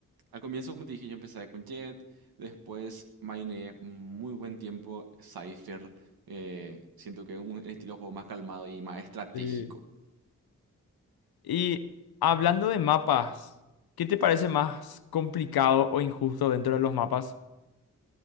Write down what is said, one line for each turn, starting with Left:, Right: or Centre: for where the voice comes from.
Right: al comienzo, como te dije, yo empecé con Jet. Después maineé muy buen tiempo Cypher. eh, siento que es un estilo de juego más calmado y más estratégico.
Left: Sí. Y hablando de mapas, ¿qué te parece más complicado o injusto dentro de los mapas?